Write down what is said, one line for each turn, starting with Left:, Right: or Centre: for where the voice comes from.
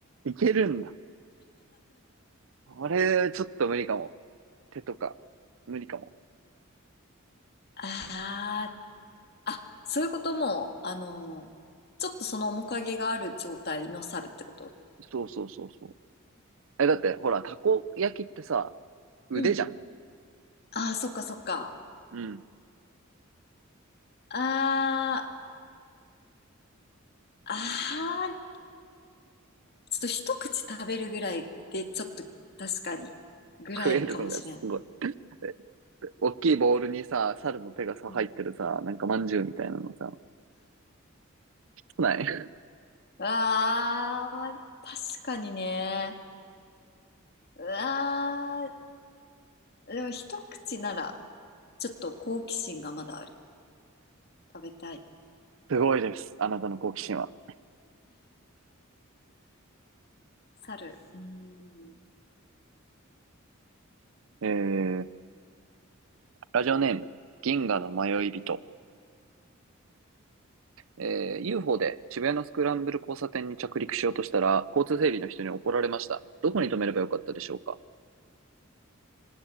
Right: いけるんだ。あれちょっと無理かも。手とか、無理かも。
Left: あー、あ、そういうことも、あの、ちょっとその面影がある状態の猿ってこと
Right: そうそうそうそう。え、だって、ほら、たこ焼きってさ、腕じゃん。
Left: うん。あー、そっかそっか。
Right: うん。
Left: あー、あー、ちょっと一口食べるぐらいで、ちょっと確かに、ぐらいかもしれん。
Right: 食えるのがすごい。え大きいボウルにさ、猿の手がさ、
Left: うん
Right: 入ってるさ、なんかまんじゅうみたいなのさ、少ない
Left: わー、まあ確かにね。うわー、でも一口なら、ちょっと好奇心がまだある。食べたい。
Right: すごいです。あなたの好奇心は。
Left: うん。猿。うーん。
Right: えー、ラジオネーム、銀河の迷い人。えー、UFO で渋谷のスクランブル交差点に着陸しようとしたら、交通整理の人に怒られました。どこに止めればよかったでしょうか